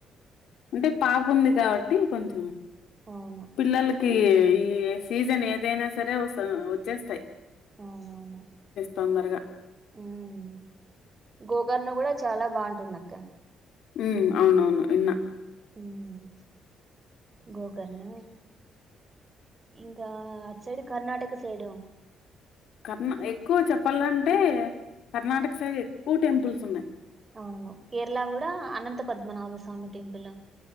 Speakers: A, on the left; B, on the right.
A: అంటే పాపుంది కాబట్టి కొంచెం
B: అవును
A: పిల్లలక్ కి ఈ సీజన్ ఏదైనా సరే వ వచ్చేస్తాయ్
B: అవునవును
A: తొందరగా
B: హు మ్ గోకర్ణ కూడా చాలా బాగుంటుంది అక్క
A: మ్ అవునవును ఇన్న
B: హ్మ్ గోకర్ణ ఇంకా సైడ్ కర్ణాటక సైడ్
A: కర్ణనా ఎక్కువ చెప్పాలంటే కర్ణాటక సైడ్ ఎక్కువ టెంపుల్స్ ఉన్నాయి
B: అవును కేరళ కూడా అనంత పద్మనాభ స్వామి టెంపుల్ హు